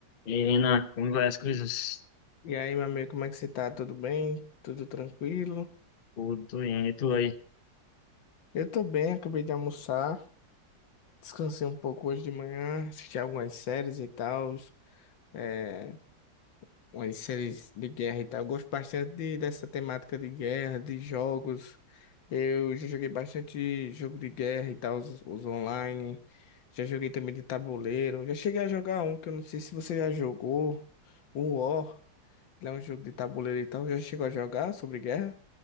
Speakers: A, on the left; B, on the left.
A: E aí, Renan, como vai as coisas?
B: E aí, meu amigo, como é que você tá? Tudo bem? Tudo tranquilo?
A: Tudo bem, e tu aí?
B: Eu tô bem, acabei de almoçar, descansei um pouco hoje de manhã, assisti algumas séries e tal, é, umas séries de guerra e tal. Eu gosto bastante de- dessa temática de guerra, de jogos. Eu já joguei bastante jogo de guerra e tal, os, os online. Já joguei também de tabuleiro. Já cheguei a jogar um que eu não sei se você já jogou, o War. Ele é um jogo de tabuleiro e tal. Já chegou a jogar sobre guerra?